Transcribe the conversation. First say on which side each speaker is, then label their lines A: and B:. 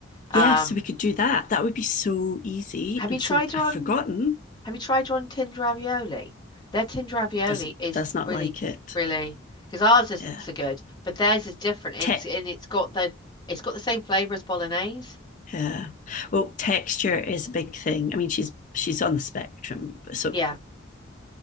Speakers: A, on the left; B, on the left.
A: Um,
B: Yes, so we could do that. That would be so easy.
A: have
B: And
A: you tried
B: so
A: her
B: I've
A: on?
B: forgotten.
A: Have you tried her on tinned ravioli? Their tinned ravioli
B: Does
A: is
B: does not
A: really,
B: like it.
A: really because ours isn't
B: Yeah.
A: so good, but theirs is different. It's
B: Tech.
A: and it's got the it's got the same flavor as bolognese.
B: Yeah. Well, texture is a big thing. I mean, she's she's on the spectrum, so
A: Yeah,